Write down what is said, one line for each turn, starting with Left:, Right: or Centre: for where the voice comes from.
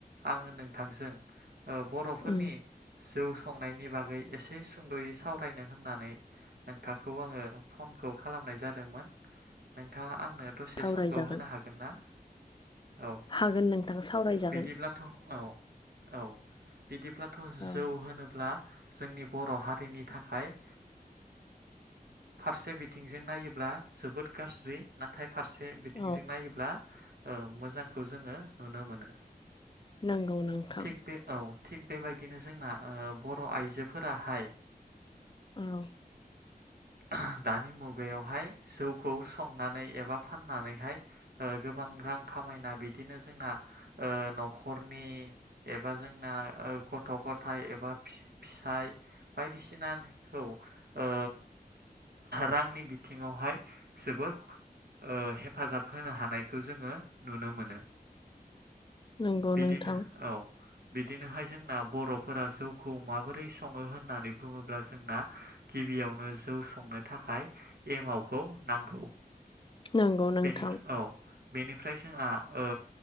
Right: आङो नोंथांजों बर'फोरनि
Left: उम
Right: जौ संनायनि बागै एसे सुंद'यै सावरायनो होननानै नोंथांखौ आङो फनखौ खालामनाय जादोंमोन नोंथाङा आंनो दसे
Left: सावरायजागोन
Right: समखौ होनो हागोन ना औ
Left: हागोन नोंथां सावरायजागोन
Right: बिदिब्लाथ' औ औ बिदिब्लाथ' जौ
Left: औ
Right: होनोब्ला जोंनि बर' हारिनि थाखाय फारसे बिथिंजों नायोब्ला जोबोद गाज्रि नाथाय फारसे बिथिंजों
Left: औ
Right: नायोब्ला ओ मोजांखौ जोङो नुनो मोनो
Left: नोंगौ नांथां
Right: थिग बे औ थिग बेबायदिनो जोंना बर' आइजोफोराहाय
Left: औ
Right: ह <unintelligible> दानि मुगायावहाय जौखौ संनानै एबा फाननानैहाय ओ गोबां रां खामायना बिदिनो जोंनाओ न'खरनि एबा जोंना ओ गथ'फोर गथाय एबा फि फिसाय बायदिसिनाखौ ओ रांनि बिथिङावहाय जोबोर ओ हेफाजाब होनो हानायखौ जोङो नुनो मोनो
Left: नंगौ
Right: बिदिनो
Left: नोंथां
Right: औ बिदिनोहाय जोंना बर'फोरा जौखौ माबोरै सङो होननानै बुङोब्ला जोंना गिबियावनो जौ संनो थाखाय एमावखौ नांगौ
Left: नंगौ नोंथां
Right: बेनिफ्राय औ बेनिफ्राय जोंहा ओ